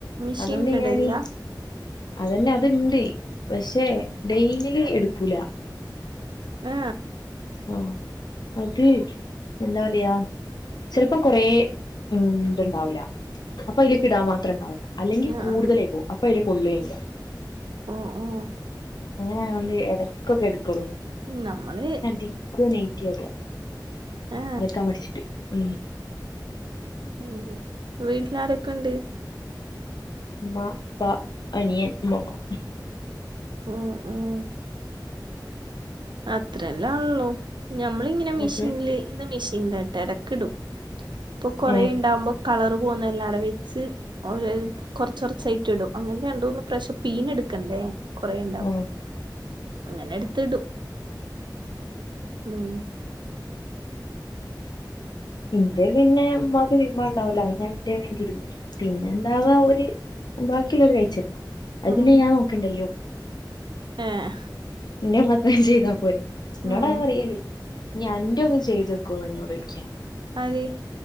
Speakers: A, on the right (about 75°); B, on the left (about 60°).
A: മിഷീനിലിടലില്ല?
B: അതുകൊണ്ട് ഞാന് അതന്നെ അതിണ്ട് പക്ഷെ ഡെയ്ലി എടുക്കൂല.
A: ആ
B: ആ അതേ എന്താ പറയാ ചിലപ്പം കൊറേ ഉം ഇത്ണ്ടാവൂല അപ്പൊ അതിലക്ക് ഇടാൻ മാത്രം ഉണ്ടാവൂ. അല്ലെങ്കിൽ
A: ആ
B: കൂടുതലായ്പ്പോകും
A: ആ.
B: അപ്പൊ അയില് കൊള്ളുകേയില്ല.
A: ഉം ഉം
B: അങ്ങനെ ആയകൊണ്ട് എടക്കൊക്കെ എടുക്കുള്ളൂ.
A: നമ്മള്
B: ക്കു നൈറ്റി ഇടാ
A: ആ
B: അലക്കാൻ മട്ച്ചിട്ട് ഉം.
A: ഉം വീട്ടിലാരൊക്കെണ്ട്?
B: മ്മ പ്പ അനിയൻ മ്മമ്മ.
A: ഉം ഉം. അത്രല്ലാ ഉള്ളൂ. ഞമ്മളിങ്ങനെ മിഷീൻല്
B: അത്
A: ഇന്ന് മിഷീൻലാട്ടെ എടക്കിടും. പ്പൊ കൊറേ
B: ഏഹ്
A: ഇണ്ടാമ്പം കളറ് പോകുന്ന എല്ലാം ആടെ വെച്ച് ഓര് കൊർച്ച് കൊർച്ചായിട്ടിടും. അങ്ങനെ രണ്ട്, മൂന്ന് പ്രാവശ്യം പീഞ്ഞെടു ക്കണ്ടേ കൊറേണ്ടാ
B: ആഹ്
A: അങ്ങനെ എട്ത്തിടും..
B: ഉം
A: ഉം
B: ഇന്റെ പിന്നെ ഇമ്മാ <unintelligible> തിരുമ്പാണ്ടാവുല്ലാ പിന്നെ ഞാൻ ഇന്റെ ഞാൻ തിരുമ്പും. പിന്നെ ഇണ്ടാവാ ഓര് ബാക്കിള്ളോര് കയിച്ചിട്ന്നാ അഹ്
A: ആഹ്
B: പിന്നെ ഞാൻ നോക്കണ്ടല്ലോ
A: ഏഹ്
B: ഇന്റെ മാത്രം ഞാ ചെയ്താ പോരേ ഇന്നോടഹ്
A: ഉം
B: പറിയല് ഞ്ഞ് അന്റൊന്ന് ചെയ്തക്കോ ഇന്നോടൊയ്ക്ക്യാ
A: ആര്?